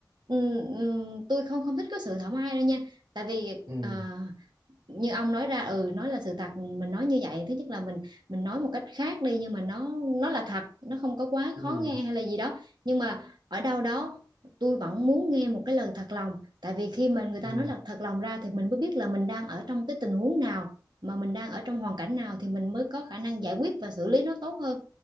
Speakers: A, on the right; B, on the right.
A: ừm, ừm, tôi không không thích cái sự thảo mai đâu nha tại vì
B: ừ
A: à, như ông nói ra ừ nói là sự thật mình nói như vậy thứ nhất là mình mình nói một cách khác đi nhưng mà nó nó là thật nó không có quá
B: ừ
A: khó nghe hay là gì đó nhưng mà ở đâu đó tôi vẫn muốn nghe một cái lời thật lòng tại vì khi mà người ta
B: ừ
A: nói là thật lòng ra thì mình mới biết là mình đang ở trong cái tình huống nào mà mình đang ở trong hoàn cảnh nào thì mình mới có khả năng giải quyết và xử lý nó tốt hơn